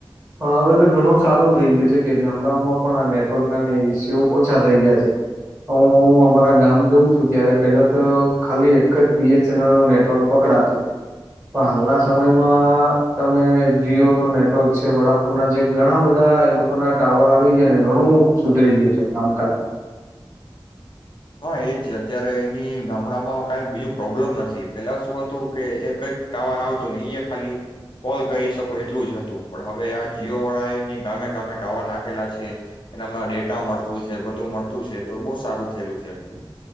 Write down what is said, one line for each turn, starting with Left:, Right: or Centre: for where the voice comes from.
Right: પણ હવે તો ઘણું સારું થઈ ગયું છે કે ગામડાઓમાં પણ આ નેટવર્ક ના ઈસ્યુ ઓછા થઈ ગયા છે. હું અમારા ગામ જાઉં છું ત્યારે પેલા તો ખાલી એક જ બી ચેનલ નું નેટવર્ક પકડાતું, પણ હાલના સમયમાં તમે જીઓનું નેટવર્ક છે, વડાફોનના જે ઘણા બધા એ લોકો ના ટાવર આવી ગયા ને ઘણું સુધરી ગયું છે કામકાજ.
Left: હા એજ અત્યારે એની ગામડામાં કઈ બીજું પ્રોબ્લેમ નથી. પેલા શું હતું કે એક જ ટાવર આવતું ને એ ખાલી કોલ કરી શકો એટલું જ હતું, પણ હવે આ જીઓ વાળા એની ગામે ગામે ટાવર નાખેલા છે. એનામાં ડેટા મળતું છે, બધું મળતું છે, તો બઉુ સારું થયેલું છે. ક્યાંક